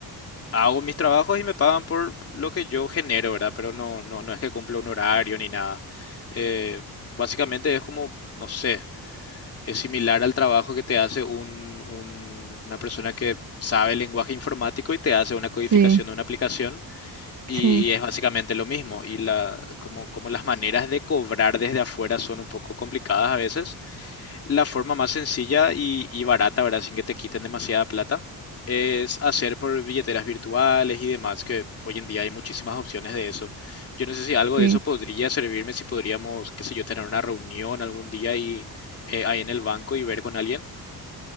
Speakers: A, on the left; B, on the right.
A: hago mis trabajos y me pagan por lo que yo genero, ¿verdad? Pero no, no, no es que cumpla un horario ni nada. Eh, básicamente es como, no sé, es similar al trabajo que te hace un, un- una persona que sabe el lenguaje informático y te hace una codificación
B: Sí,
A: de una aplicación y,
B: sí,
A: y es básicamente lo mismo. Y la, como, como las maneras de cobrar desde afuera son un poco complicadas a veces la forma más sencilla y, y barata, ¿verdad? Sin que te quiten demasiada plata, es hacer por billeteras virtuales y demás, que hoy en día hay muchísimas opciones de eso. Yo no sé si algo
B: sí.
A: de eso podría servirme, si podríamos, qué sé yo, tener una reunión algún día y eh, ahí en el banco y ver con alguien.